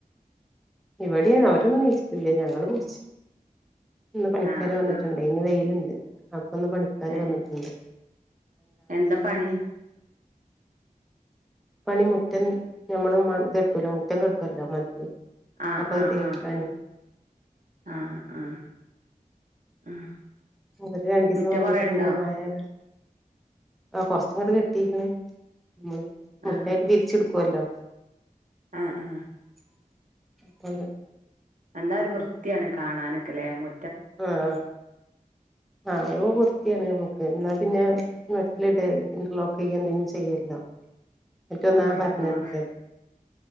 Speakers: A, in the centre; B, on the right.
A: ഇവടിം അവരൊന്നും നീചിട്ടില്ല ഞങ്ങള് കുട്ച്ച്. ഇന്ന് പണിക്കാര്
B: ആഹ്
A: വന്നിട്ട്ണ്ടെ
B: ആഹ്
A: ഇന്ന് വെയ്ല്‌ണ്ട് അപ്പന്ന് പണി ക്കാര്
B: ഏഹ്
A: വന്ന് ട്‌ണ്ട്.
B: എന്താ പണി?
A: പണി മുറ്റം ഞമ്മള് മത് കെട്ടൊലോ മുറ്റം കെട്ടൊല്ലോ മതില്.
B: ആ
A: അപ്പൊ അത്
B: ആ
A: തേക്കാന്
B: ആഹ് ആഹ് ആഹ് ആഹ്.
A: അവര് രണ്ടീസം
B: മുറ്റം
A: വന്ന്ട്ട്
B: കൊറേണ്ടോ
A: പിന്നെ മഴേത് ആ കൊർച്ങ്ങട് കെട്ടീക്ക്ണ്. മ്മള് മൊതായ്ട്ട്
B: ആഹ്
A: തിര്ച്ച്ട്ക്കോല്ലോ.
B: ആഹ് ആ.
A: <inaudible>
B: എന്നാ ഒര് വൃത്ത്യാണ് കാണാനൊക്കെലെ മു
A: ആഹ് ആഹ് ആ ഒരു വൃത്ത്യാണ് ഞമ്മക്ക് ഇന്നാ പിന്നെ മെറ്റ്ലിടെ ഇന്റർലോക്കെ യ്യെഎന്തെങ്കിലും ചെയ്യല്ലോ മറ്റെ
B: ആഹ്
A: ന്നാർഞ്ഞാ പര്ന്നട്ക്ക
B: ആഹ്